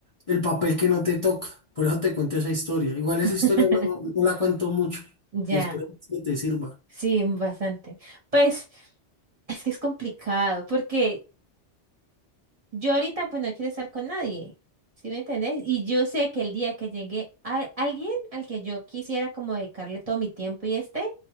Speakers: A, on the left (about 35°); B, on the right (about 35°).
A: el papel que no te toca. Por eso te cuento esa historia. Igual esa
B: <laughs>
A: historia no, no la cuento mucho
B: Ya,
A: y espero que te sirva.
B: sí, bastante. Pues es que es complicado, porque yo ahorita pues no quiero estar con nadie, ¿sí me entendés? Y yo sé que el día que llegue a alguien al que yo quisiera como dedicarle todo mi tiempo y este,